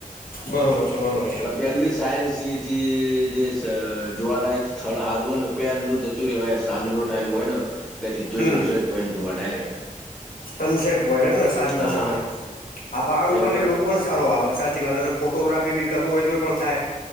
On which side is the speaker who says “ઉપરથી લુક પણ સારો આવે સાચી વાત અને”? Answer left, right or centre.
Left